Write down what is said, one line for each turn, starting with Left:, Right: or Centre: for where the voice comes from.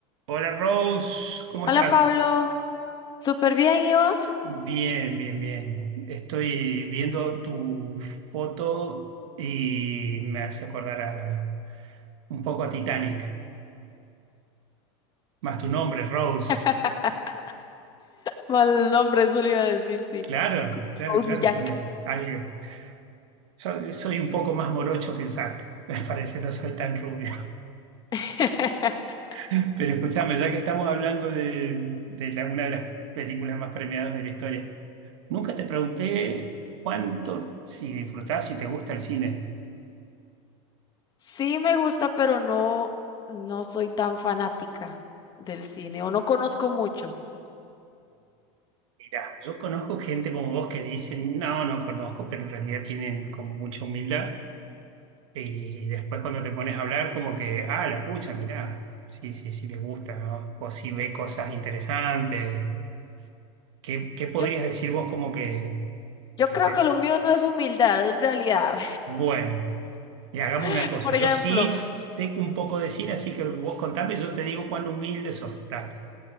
Right: Hola Rose, ¿cómo
Left: Hola
Right: estás?
Left: Pablo, súper bien, ¿y vos?
Right: Bien, bien, bien. Estoy viendo tu foto y me hace acordar a- un poco a Titanic. Más tu nombre, Rose.
Left: <laughs> Mal nombre, eso le iba a decir, sí.
Right: Claro, claro,
Left: Cozy
Right: claro,
Left: Jack.
Right: se me... algo- Soy, soy un poco más morocho que Zac, <laughs> me parece, no soy tan rubio.
Left: <laughs>
Right: <laughs> Pero escuchame, ya que estamos hablando de, de la- una de las películas más premiadas de la historia, nunca te pregunté cuánto, si disfrutás, si te gusta el cine.
Left: Sí me gusta, pero no, no soy tan fanática del cine o no conozco mucho.
Right: Mira, yo conozco gente como vos que dicen, no, no conozco, pero en realidad tienen como mucha humildad. eh, Y después cuando te pones a hablar, como que, ah, la pucha, mirá, sí, sí, sí, les gusta, ¿no? O si ve cosas interesantes. ¿Qué, qué podrías
Left: Yo,
Right: decir vos como que,
Left: yo
Right: que
Left: creo
Right: te...
Left: que lo mío no es humildad, es realidad.
Right: Bueno, y hagamos
Left: <laughs>
Right: una cosa,
Left: Por
Right: yo
Left: ejemplo,
Right: sí sé un poco de cine, así que vos contame y yo te digo cuán humilde sos. Dale.